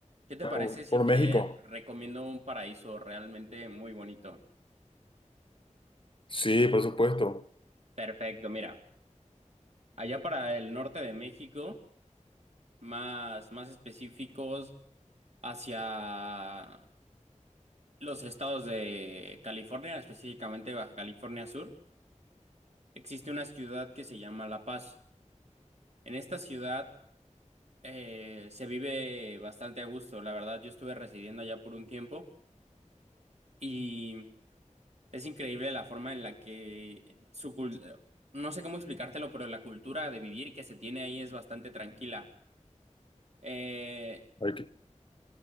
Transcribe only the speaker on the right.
qué te
parece si
te
recomiendo un paraíso realmente muy bonito?
Perfecto, mira, allá para el norte de México, más, más específicos hacia los estados de California, específicamente Baja California Sur. Existe una ciudad que se llama La Paz. En esta ciudad eh, se vive bastante a gusto. La verdad, yo estuve residiendo allá por un tiempo y es increíble la forma en la que su cultura, no sé cómo explicártelo, pero la cultura de vivir que se tiene ahí es bastante tranquila. Eh,